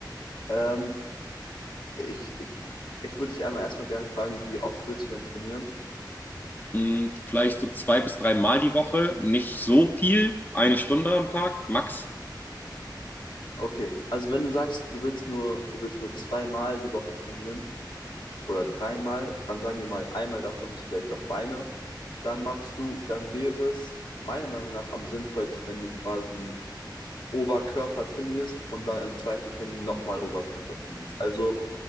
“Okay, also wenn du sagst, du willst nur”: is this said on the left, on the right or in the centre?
Left